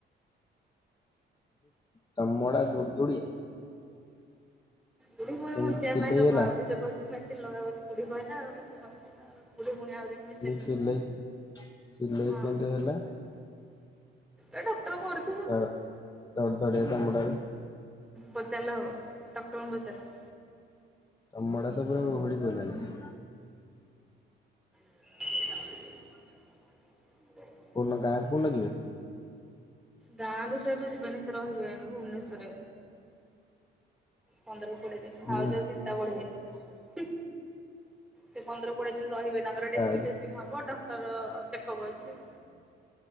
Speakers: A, on the left (about 20°); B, in the centre.
A: ଚମଡା ଦୁଡ ଦୁଡିଆ
B: ବୁଢୀ ପୁଣି
A: କେମିତି
B: ବଞ୍ଚିବା
A: ସିଲେଇ
B: ପାଇଁ ଲୋଭ
A: ହେଲା
B: ଆଉରି ସେ କହିଛି ମେ ସେନ ଲଗା ହଉଚ଼ି ବୁଢୀ ପାଇଁନା ଆଉରୀ ବୁଢୀ ପୁଣି ଆହୁରି ମେସିନ୍
A: ସିଲେଇ ସିଲେଇ
B: ହଁ
A: କେମେତି ହେଲା
B: ଏ ଡକ୍ଟର କରୁଛି
A: ତାର ଧଡ୍ ଧଡ଼ିଆ ଚମଡ଼ାରେ
B: ପଚାରିଲେ ହବ ଡକ୍ଟର ଙ୍କୁ ପଚାରିଲେ
A: ଚମଡା ତ ପୁରା ଓହଳି ପଡ଼ିଲାଣି
B: <inaudible>
A: କ ଉଦିନ ଗାଁ କଉ ଦିନ ଯିବେ
B: ଗାଁକୁ ସିଏ ଏବେ ଯିବେନି ସେ ରହିବେ ଭୁବନେଶ୍ଵରରେ। ପନ୍ଦର କୋଡିଏ ଦିନ
A: ହୁଁ
B: ଭାଉଜ ଅଛି ତା ବଢିଆ ହେଇଛି ସେ ପନ୍ଦର କୋଡିଏ ଦିନ ରହିବେ ତାଙ୍କର
A: ଭାଉଜ
B: ଡେସିଂ ଫେସିଂ ହବ ଡକ୍ଟର ଚେକଅପ୍ ଅଛି